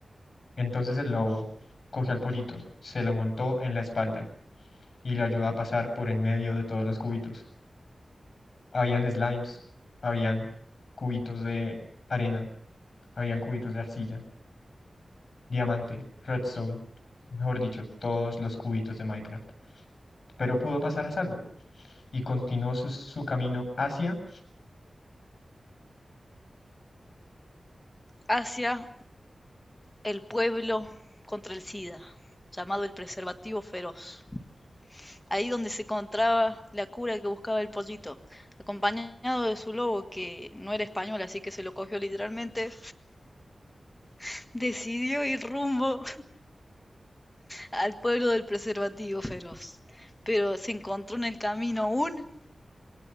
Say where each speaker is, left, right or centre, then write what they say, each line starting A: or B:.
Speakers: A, on the left; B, on the left.
A: Entonces el lobo cogió al pollito, se lo montó en la espalda y lo ayudó a pasar por en medio de todos los cubitos. Habían slimes, habían cubitos de arena, habían cubitos de arcilla, diamante, redstone, mejor dicho, todos los cubitos de Minecraft. Pero pudo pasar a salvo y continuó su su camino hacia
B: hacia el pueblo contra el SIDA, llamado el preservativo feroz. Ahí donde se encontraba la cura que buscaba el pollito, acompañado de su lobo, que no era español, así que se lo cogió literalmente, <laughs> decidió ir rumbo al pueblo del preservativo feroz. Pero se encontró en el camino un